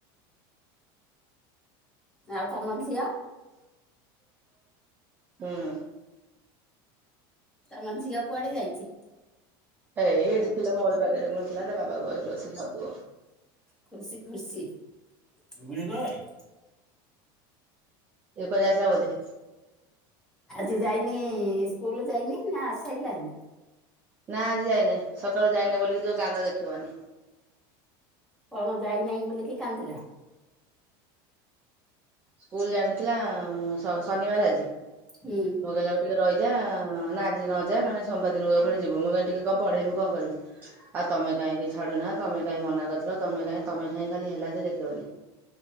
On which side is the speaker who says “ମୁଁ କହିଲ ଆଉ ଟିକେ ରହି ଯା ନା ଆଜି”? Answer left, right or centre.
Right